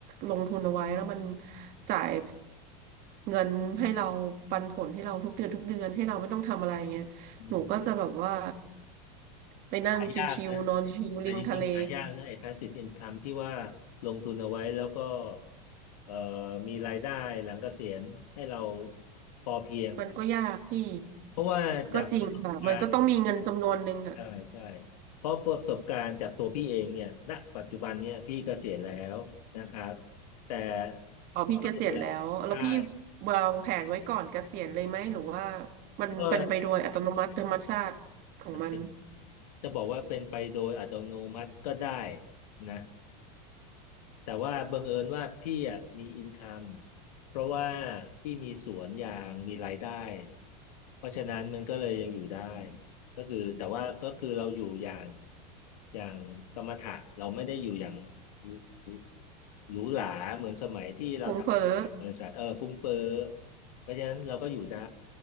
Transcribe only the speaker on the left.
อืม
หายากนะแต่จริงๆหายากนะไอ้ passive income ที่ว่าลงทุนเอาไว้แล้วก็เอ่อมีรายได้หลังเกษียณให้เราพอเพียง
เพราะว่าจากประสบการณ์
อ่าใช่เพราะประสบการณ์จากตัวพี่เองเนี่ยณปัจจุบันเนี่ยพี่เกษียณแล้วนะครับแต่
พอเกษียณแล้วใช่
ก็มันเป็นจะบอกว่าเป็นไปโดยอัตโนมัติก็ได้นะ แต่ว่าบังเอิญว่าพี่อ่ะมีอินคัมเพราะว่าพี่มีสวนยางมีรายได้เพราะฉะนั้นมันก็เลยยังอยู่ได้ก็คือแต่ว่าก็คือเราอยู่อย่างอย่างสมถะเราไม่ได้อยู่อย่างหรูหรูหราเหมือนสมัยที่เราทำบริษัทเออฟุ้งเฟ้อ
เพราะฉะนั้นเราก็อยู่ได้